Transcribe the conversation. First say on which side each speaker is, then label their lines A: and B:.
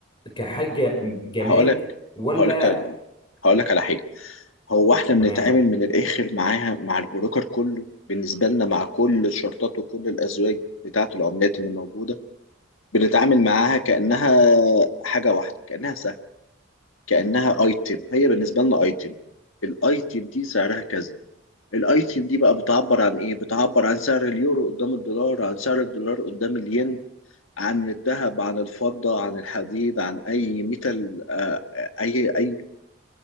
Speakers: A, on the left (about 25°); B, on the left (about 80°).
A: كحاجة جماد
B: هقولك
A: ولا
B: هقولك هقولك على حاجة هو احنا بنتعامل
A: تمام
B: من الآخر معاها مع البروكر كله بالنسبة لنا مع كل الشرطات وكل الأزواج بتاعة العملات اللي موجودة بنتعامل معاها كأنها حاجة واحدة كأنها سهم كأنها ايتم هي بالنسبة لنا ايتم الايتم دي سعرها كذا الايتم دي بقى بتعبر عن ايه بتعبر عن سعر اليورو قدام الدولار عن سعر الدولار قدام الين عن الذهب عن الفضة عن الحديد عن اي ميتال آه، آه، اي اي